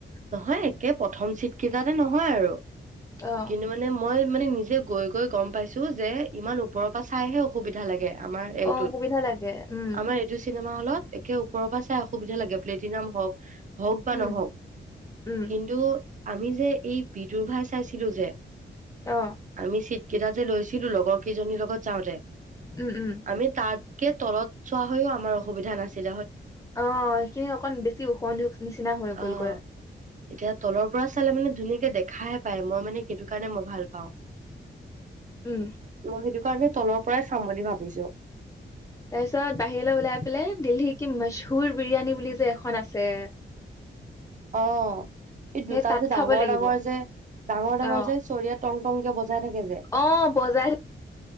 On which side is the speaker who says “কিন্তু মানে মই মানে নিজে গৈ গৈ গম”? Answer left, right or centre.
Right